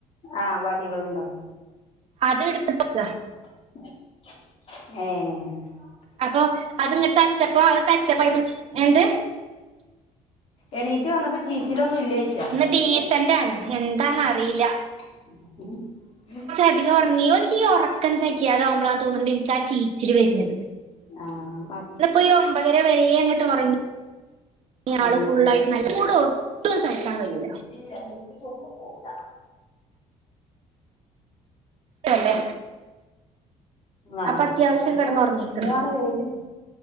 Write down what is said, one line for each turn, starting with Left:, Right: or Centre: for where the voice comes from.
Left: ആഹ് വടികൾണ്ടാവും
Right: അത് എടുത്തക്ക്
Left: ഏഹ്
Right: അപ്പൊ അത്ങ്ങെ തച്ചപ്പോ അത് തച്ചപ്പ എന്ത്
Left: എണീറ്റ് വന്നപ്പോ ചീച്ചിലൊന്നും ഇല്ലാഴിച്ചാ
Right: ഇന്ന് ഡീസന്റ് ആണ് എന്താന്നറിയില്ല
Left: <unintelligible>
Right: അധികം ഉറങ്ങി ഓനിക്ക് ഉറക്ക തൊക്ക ആമ്പോളാ തോന്നുന്നുണ്ടിനിക്ക് ട്ടാ ചീച്ചില് വരുന്നത്
Left: ആ
Right: ഇപ്പോ ഈ ഒമ്പതര വര അങ്ങട്ട് ഉറങ്ങി ഇ ആള്
Left: ഉം
Right: ഫുള്ളായിട്ട് നല്ല കൂടെ ഒട്ടും സഹിക്കാൻ കഴിയില്ല
Left: <unintelligible> പോകൂല
Right: തന്നെ
Left: ആഹ
Right: അത്യാവശ്യം
Left: ഇപ്പൊ
Right: കിടന്നുറങ്ങിക്ക്ണ്
Left: ഇപ്പഴാണ് വെയില്